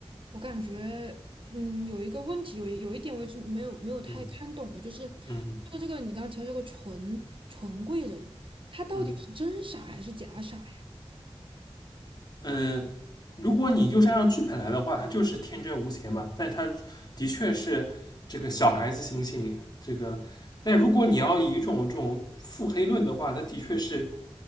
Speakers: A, on the right; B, on the left.
A: 我感觉，嗯，有一个问题，有一有一点我一直没有没有太看懂的，
B: 嗯
A: 就是
B: 嗯
A: 这个这个你刚刚提到这个纯纯贵人，他到底是真傻还是假傻呀？
B: 嗯嗯，呃如果你就是按照剧本来的话，它就是天真无邪嘛。但它的确是这个小孩子心性，这个。但如果你要以一种这种腹黑论的话，它的确是